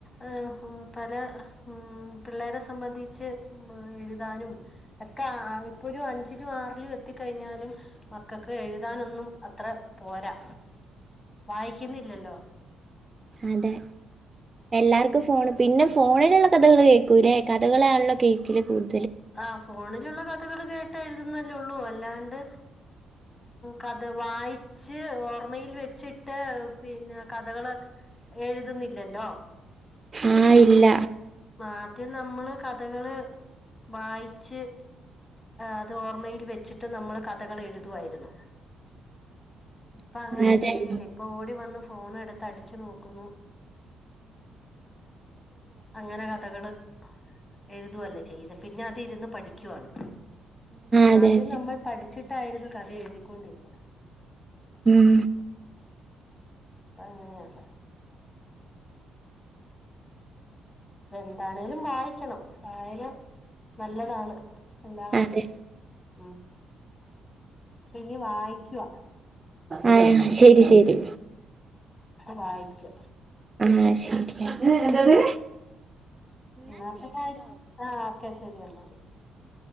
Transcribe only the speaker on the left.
ഏഹ് പല ഉം പിള്ളേരെ സംബന്ധിച്ച് എഴുതാനും ഒക്കെ ഇപ്പൊ ഒരു അഞ്ചിലും ആറിലും എത്തിക്കഴിഞ്ഞാലും മക്കൾക്ക് എഴുതാനൊന്നും അത്ര പോരാ വായിക്കുന്നില്ലല്ലോ
ആ ഫോണിലുള്ള ക <unintelligible> കഥകൾ കേട്ട എഴുതുന്നല്ലേള്ളൂ അല്ലാണ്ട് കഥ വായിച്ച് ഓർമ്മയിൽ വെച്ചിട്ട് പിന്നെ കഥകള് എഴുതുന്നില്ലല്ലോ
ആദ്യം നമ്മള് കഥകള് വായിച്ച് അത് ഓർമയിൽ വെ വച്ചിട്ട് നമ്മൾ കഥകൾ എഴുതുയിരുന്നു ഇപ്പൊ അങ്ങനെ
ചെയ്യുന്നില്ലേ
ഇപ്പൊ ഓടി വന്ന് ഫോൺ എടുത്ത് അടിച്ചു നോക്കുന്നു അങ്ങനെ കഥകള് എഴുതുല്ലേ ചെയ്ത പിന്നെ അതി ഇരുന്ന് പഠി ക്കുവാണ്
ആദ്യം
നമ്മൾ പഠി ച്ചിട്ടായിരുന്നു കഥ എഴുതിക്കൊണ്ടിരുന്ന്.
അങ്ങനെയല്ല. എന്താണേലും വായിക്കണം, വായന നല്ലതാണ്. എല്ലാംകൊണ്ടും.
ഉം പ്പ ഇനി വായിക്കുവ.
വായിച്ചോ.
ഇന്നത്തെ കാല ആഹ് ഓക്കെ ശെരി എന്നാല്.